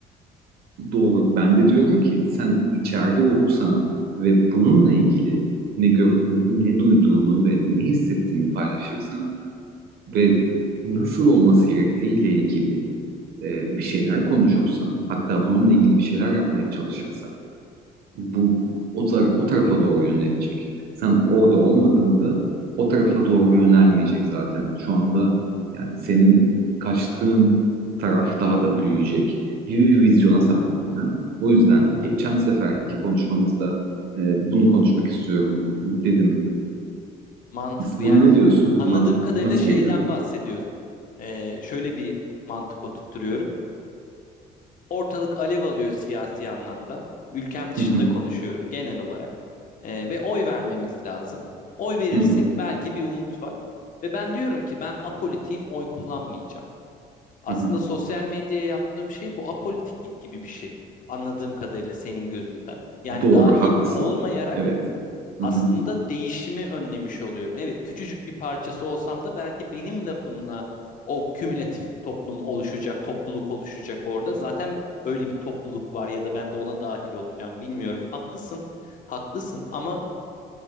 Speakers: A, on the right; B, on the left.
A: Doğru. Ben de diyorum ki sen içeride olursan ve bununla ilgili ne görüp ne duyduğunu ve ne hissettiğini paylaşırsan ve nasıl olması gerektiğiyle ilgili e, bir şeyler konuşursan, hatta bununla ilgili bir şeyler yapmaya çalışırsan bu o, tar- o tarafa doğru yönelecek. Sen orada olmadığında o tarafa doğru yönelmeyecek zaten. Şu anda yani senin kaçtığın taraf daha da büyüyecek gibi bir vizyona sahibim ben. O yüzden
B: Anladım.
A: geçen seferki konuşmamızda e, bunu konuşmak istiyorum dedim.
B: Mantıklı
A: Buna
B: yani
A: ne diyorsun?
B: Anladığım
A: Man,
B: kadarıyla
A: nasıl
B: şeyden
A: geliyor?
B: bahsediyorsun. Ee, şöyle bir mantık oturtturuyorum. Ortalık alev alıyor siyasi anlamda. Ülkem dışında
A: Hı hı,
B: konuşuyorum genel olarak. Ee, ve oy vermemiz lazım. Oy verirsek
A: hı hı,
B: belki bir umut var. Ve ben diyorum ki ben apolitiğim oy kullanmayacağım. Aslında
A: hı hı.
B: sosyal medyaya yaptığım şey bu apolitiklik gibi bir şey. Anladığım kadarıyla senin gözünden. Yani
A: Doğru,
B: dahil
A: haklısın.
B: olmayarak
A: Evet.
B: aslında
A: Hı hı,
B: değişimi önlemiş oluyorum. Evet, küçücük bir parçası olsam da belki benim lafımla o kümülatif toplum oluşacak, topluluk oluşacak orada. Zaten öyle bir topluluk var ya da ben de ona dahil olacağım bilmiyorum. Haklısın, haklısın ama